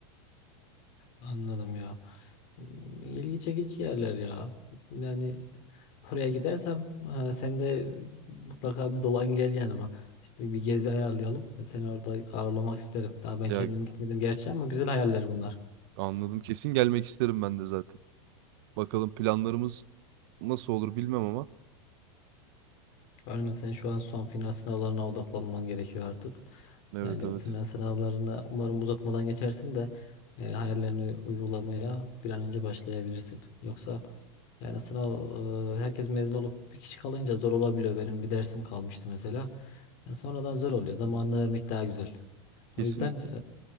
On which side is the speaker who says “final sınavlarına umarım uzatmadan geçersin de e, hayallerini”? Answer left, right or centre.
Left